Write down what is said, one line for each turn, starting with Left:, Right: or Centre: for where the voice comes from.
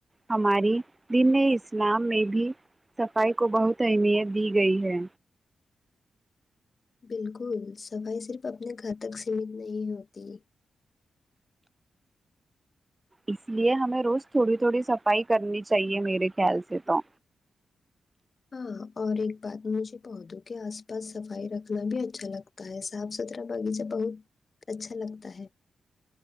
Right: ہماری دین اسلام میں بھی صفائی کو بہت اہمیت دی گئی ہے
Left: بالکل صفائی صرف اپنے گھر تک سیمت نہیں ہوتی
Right: اس لیے ہمیں روز تھوڑی تھوڑی صفائی کرنی چاہیے میرے خیال سے تو
Left: ہاں اور ایک بات مجھے پودوں کے آس پاس صفائی رکھنا بھی اچھا لگتا تا ہے صاف ستھرا باغیچہ بہت اچھا لگتا ہے